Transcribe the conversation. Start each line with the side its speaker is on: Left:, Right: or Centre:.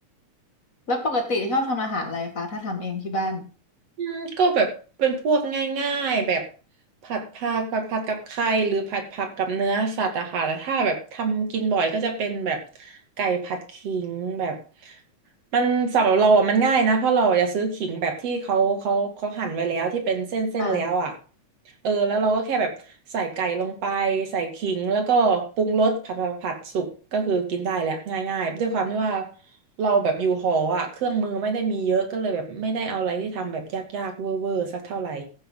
Left: แล้วปกติชอบทำอาหารอะไรคะถ้าทำเองที่บ้าน
Right: อืมก็แบบเป็นพวกง่ายๆแบบผัดผักผัดผักกับไข่หรือผัดผักกับเนื้อสัตว์อะค่ะแต่ถ้าแบบทำกินบ่อยก็จะเป็นแบบไก่ผัดขิงแบบ มันสำหรับเราอ่ะมันง่ายนะเพราะเราอะจะซื้อขิงแบบที่เขาเขาเขาหั่นไว้แล้วที่เป็นเส้นเส้นแล้วอ่ะ
Left: อ่า
Right: เออแล้วเราก็แค่แบบใส่ไก่ลงไปใส่ขิงแล้วก็ปรุงรสผัดผัดผัดสุกก็คือกินได้แหละง่ายๆด้วยความที่ว่าเราแบบอยู่หออ่ะเครื่องมือไม่ได้มีเยอะก็เลยแบบไม่ได้เอาอะไรที่ทำแบบยากๆเวอร์เวอร์สักเท่าไหร่